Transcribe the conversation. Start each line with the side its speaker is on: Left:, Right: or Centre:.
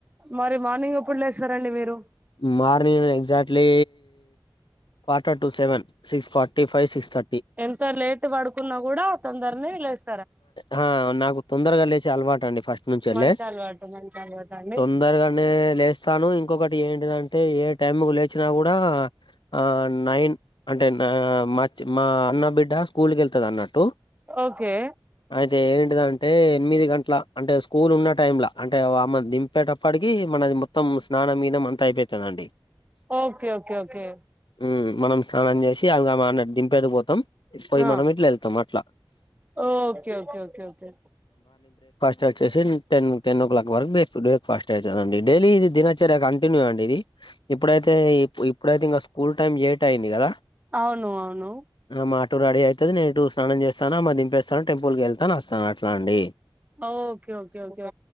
Right: మరి మార్నింగ్ ఎప్పుడు లేస్తారండి మీరు
Left: morning exactly ఫార్టర్ <unintelligible> to seven six forty five six thirty
Right: ఓసారి లేట్ పడుకున్నా కూడా తొందరనె హెలేస్
Left: హ నాకు తొందరగా లేచె అలవాటు అండి ఫస్ట్ నుంచి అండి
Right: మంచి అలవాటు మంచి అలవాటు అండి
Left: తొందరగానే లేస్తాను ఇంకొకటి ఏంటిదంటే ఏ టైమ్ కి లే వచ్చినా కూడాఆ ఆ నైన్ అంటే మా మా అన్న బిడ్డ స్కూల్కి వెళ్తాది అన్నట్టు
Right: ఓకే
Left: అయితే ఏంటిదంటే ఎనిమిది గంటల అంటే స్కూల్ ఉన్న టైమ్ ల అంటే ఆమెన్ దింపేటప్పటికి మనది మొత్తం స్నానం గి స్నానం అంత అయిపోతాది అండి
Right: ఓకే ఓకే ఓకే
Left: హుమ్ మనం స్నానం చేసి ఇంగమెను దింపిడికి అటు పోతాం ఇస్కూల్ కి
Right: ఆ
Left: మనం ఇట్లా వెళ్తాం అట్లా
Right: ఓకే ఒకె ఒకె ఒకె
Left: చ చేసిన్ టెన్ టెన్ ఒక్లాక్ వన్ బె ఫుడ్ ఫస్ట్ అయితేనండి డైలీ ఇది దినొచ్చుగ కంటిన్యూ అండి ఇది ఇప్పుడైతే ఇ ఇప్పుడైతే ఇంకా స్కూల్ టైం లేట్ అయింది కదా
Right: అవును అవును
Left: మా ఇటు రెడి అయితది నే నిటు స్నానం చేస్తాను ఆమెను దింపే వస్తాం టెంపుల్కి వెళ్తాను వస్తాను అట్లా అండి
Right: okay okay okay